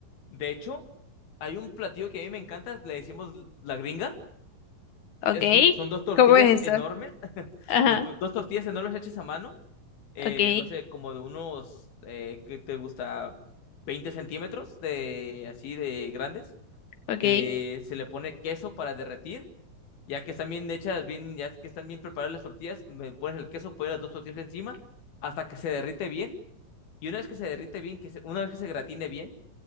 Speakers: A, on the left; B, on the left.
A: De hecho, hay un platillo que a mí me encanta, le decimos la gringa.
B: Ok.
A: Es, un- son dos tortillas
B: ¿Cómo es
A: enormes,
B: eso?
A: <laughs>
B: Ajá,
A: le pu- dos tortillas enormes hechas a mano, eh,
B: ok,
A: no sé, como de unos, eh, ¿qué te gusta? veinte centímetros de así de grandes.
B: ok,
A: Eh, se le pone queso para derretir, ya que están bien hechas, bien, ya que están bien preparadas las tortillas, me pones el queso, pones las dos tortillas encima hasta que se derrite bien. Y una vez que se derrite bien, que se- una vez que se gratine bien,